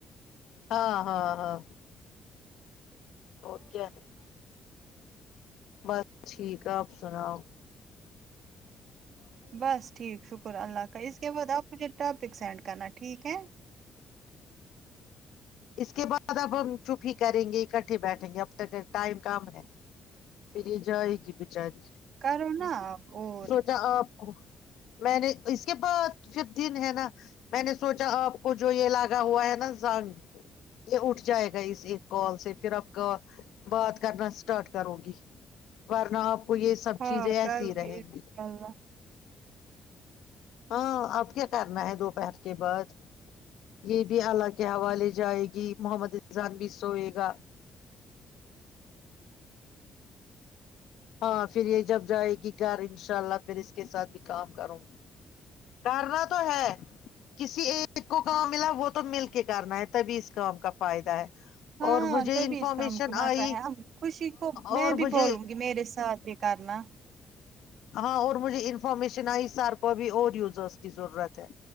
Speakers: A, on the left; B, on the right.
A: ہاں ہاں ہاں اور کیا بس ٹھیک ہے اپ سناؤ <inaudible>
B: بس ٹھیک شکر اللہ کا اس کے بعد اپ مجھے ٹاپک سینڈ کرنا ٹھیک ہے
A: اس کے بعد اب ہم چپی کریں گے اکٹھے بیٹھیں گے اب تک ٹائم کم ہے پھر یہ جائے گی بچاری
B: کرو نا اور
A: کیا اپ کو میں نے اس کے بعد پھر دن ہے نا میں نے سوچا اپ کو جو یہ لگا ہوا ہے نا زنگ یہ اٹھ جائے گا اس ایک کال سے پھر اپ کا بات کرنا اسٹارٹ کرو گی ورنہ اپ کو یہ سب
B: ہاں
A: چیزیں ایسی
B: کرو
A: رہیں
B: انشاء
A: گی
B: اللہ
A: ہاں اب کیا کرنا ہے دوپہر کے بعد یہ بھی اللہ کے حوالے جائے گی محمد رضوان بھی سوئے گا ہاں پھر یہ جب جائے گی گھر ان شاء اللہ پھر اس کے ساتھ بھی کام کروں گی کرنا تو ہے کسی ایک کو کام ملا وہ تو مل کے کرنا ہے تبھی اس کام کا فائدہ ہے
B: ہاں
A: اور مجھے
B: تبھی
A: انفارمیشن
B: اس کام کماتا
A: آئی
B: ہے ہم خوشی کو میں
A: اور
B: بھی
A: مجھے
B: بولوں گی میرے ساتھ بھی کرنا
A: ہاں اور مجھے انفارمیشن ائی سار کو بھی اور یوزرس کی ضرورت ہے